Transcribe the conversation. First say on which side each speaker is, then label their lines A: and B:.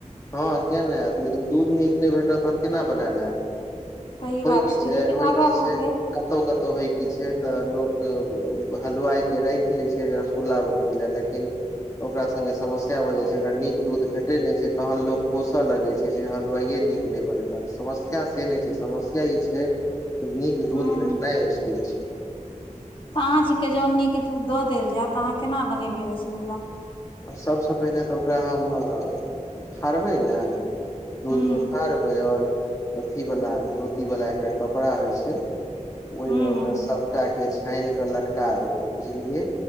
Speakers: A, on the left; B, on the left.
A: हँ किया नहि ऐत लेकिन दूध नीक नहि भेटत त कैना बनैल हेत।
B: सही बात
A: होइ की
B: छै
A: छैय
B: लेकिन
A: होइ
B: अगर
A: की
B: अहाँके
A: छैय। कतौउ कतौउ होय की छैय तऽ लोक हलुवाई के राखी लय छैय गुल्ला बनबयला लेकिन ओकरा संगे समस्या भ जाई छैय नीक दूध भेटे नहि छैय। तहन लोक कोस लगय छैय जे हलवाई नीक नहि बनेलक समस्या से नहि छैय समस्या ई छैय। नीक दूध
B: हूँ
A: भेटनाय मुश्किल छैय।
B: अहाँ जि के नीक दूध दऽ देल जाय तऽ अहाँ कैना बनैबय रसगुल्ला।
A: सब स पहिने तऽ ओकरा हम फड़बैय न दूध
B: हूँ
A: के फाड़बैय और अथी वाला धोती वाला एकटा कपड़ा होय छैय। ओहिमे
B: हूँ
A: ओकरा
B: हूँ
A: सबटाके छानि कऽ लटका देबैय बुझ गेलियै।